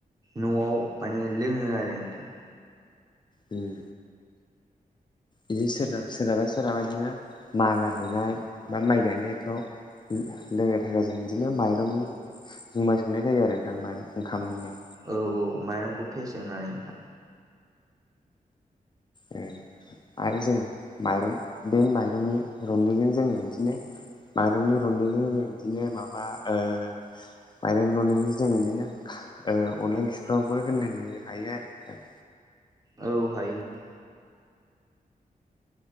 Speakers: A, on the right (about 25°); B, on the left (about 30°).
A: न'वाव माने लोङो आरो नोंथां
B: उम बिदि सोराना सोरहाबा सोरहाबा इदिनो मारा होनाय बा माइ गायनायफ्राव लोंनो थाखाय जों बिदिनो माइरंनि जुमाइ संनाय जायो आरो नोंथां माइरं ओंखामनिनो
A: औ औ माइरंखौ फेसेवनानै नोंथां
B: उम आरो जों माइरं बे माइरंनि रन्दैजों जोङो इदिनो माइरंनि रन्दैजों जों बिदिनो माबा ओ माइरं रन्दैजों बिदिनो ओ अनला ओंख्रिफ्रावबो होनो हायो आरो नोंथां।
A: औ हायो